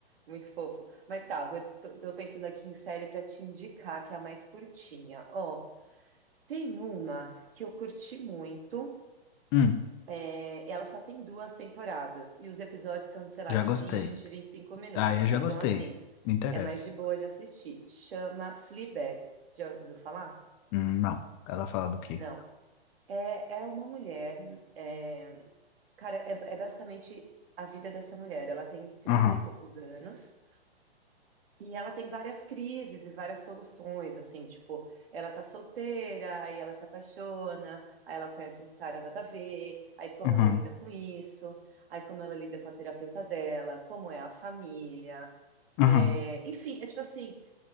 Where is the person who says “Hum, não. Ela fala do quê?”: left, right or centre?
Left